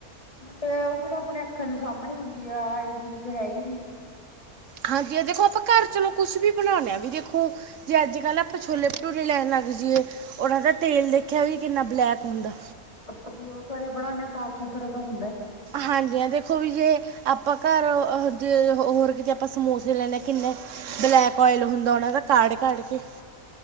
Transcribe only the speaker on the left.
ਤੇ, ਉਹ ਕਿਹੜਾ ਆਪਣੇ ਅੱਖਾਂ ਦੇ ਸਾਹਮਣੇ ਹੁੰਦੀ ਆ, ਹਾਇਜੀਨਿਕ ਹੈਹੀ ਨੀ।
ਆਪਾਂ ਜਦੋਂ ਘਰੇ ਬਣਾਉਦੇ ਹਾਂ, ਸਾਫ਼ ਸੁਥਰਾ ਤਾਂ ਹੁੰਦਾ।